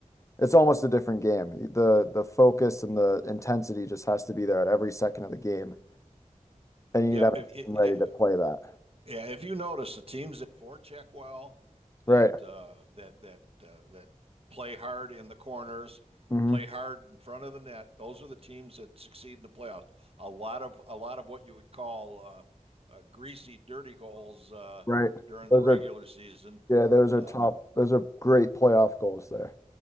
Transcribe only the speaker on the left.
It's almost a different game. The the focus and the intensity just has to be there at every second of the game, and you
need to have a
team ready to play that.
Right.
hmm
Right.
Those
are
yeah, those
are top. Those are great playoff goals there.